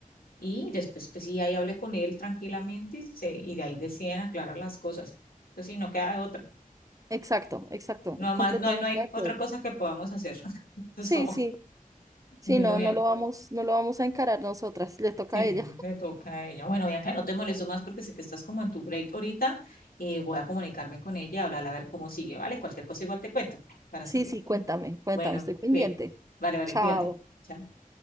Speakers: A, on the left; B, on the right.
A: y después pues sí, ahí hable con él tranquilamente y, se, y de ahí deciden aclarar las cosas. Pues sí, no queda de otra.
B: Exacto, exacto.
A: No más,
B: Completamente
A: no hay, no hay
B: de acuerdo.
A: otra cosa que podamos hacer. <laughs> Eso
B: Sí,
A: es todo.
B: sí. Sí,
A: Bueno,
B: no,
A: bien.
B: no lo vamos, no lo vamos a encarar nosotras. Le toca
A: Sí,
B: a ella.
A: le toca a ella. Bueno, Bianca, no te molesto más porque sé que estás como en tu break ahorita. Y voy a comunicarme con ella, hablar a ver cómo sigue, ¿vale? Cualquier cosa igual te cuento para
B: Sí,
A: seguir.
B: sí, cuéntame,
A: <laughs>
B: cuéntame,
A: Bueno,
B: estoy pendiente.
A: bien. Vale, vale,
B: Chao.
A: cuídate. Chao.